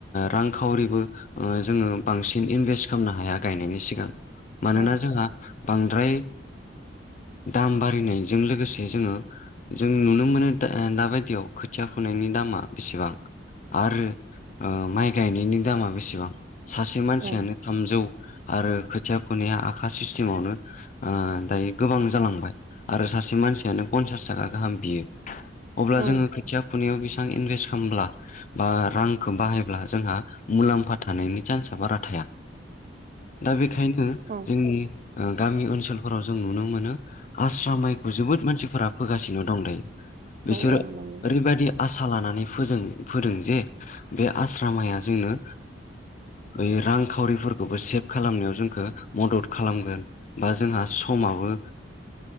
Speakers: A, on the left; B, on the right.
A: रांखावरिबो जोङो बांसिन इनभेस्ट खालामनो हाया गायनायनि सिगां। मानोना
B: औ
A: जोंहा बांद्राय दाम बारिनायजों लोगोसे जोङो जों नुनो मोनो दाबायदियाव खोथिया फुनायनि दामा बेसेबां आरो माइ गायनायनि दामा बेसेबां सासे मानसियानो
B: औ
A: थामजौ आरो खोथिया फुनाया आखा सिस्टेमावनो दायो गोबां जालांबाय। आरो सासे मानसियानो पन्सास थाखा गाहाम बियो अब्ला
B: औ
A: जोङो खिथिया खुनायाव बेसेबां इनभेस्ट खालामब्ला बा रांखौ बाहायब्ला जोंहा मुलाम्फा थानायनि चान्स बारा थाया। दा बेखायनो
B: औ
A: जोंनि गामि ओनसोलफोराव जों नुनो मोनो आस्रा माइखौ जोबोद मानसिफोरा फोगासिनो दं दायो बिसोरो
B: औ नंगौ
A: ओरैबायदि आसा लानानै फोजों फोदों जे बे आस्रा माइया जोंनो बै रांखावरिफोरखौबो सेभ खालामनायाव जोंखौ मदद खालामगोन। बा जोंहा ओ ओ समाबो